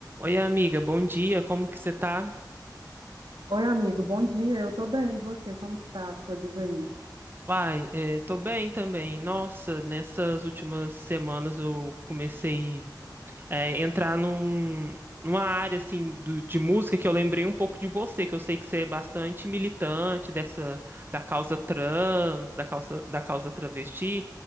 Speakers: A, on the right (about 30°); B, on the right (about 80°).
A: Oi, amiga, bom dia, como que você tá?
B: Oi, amigo, bom dia. Eu tô bem, e você? Como que tá as coisas aí?
A: Uai, eh, tô bem também. Nossa, nessas últimas semanas eu comecei a entrar num, numa área assim do- de música que eu lembrei um pouco de você, que eu sei que você é bastante militante dessa da causa trans, da causa, da causa travesti.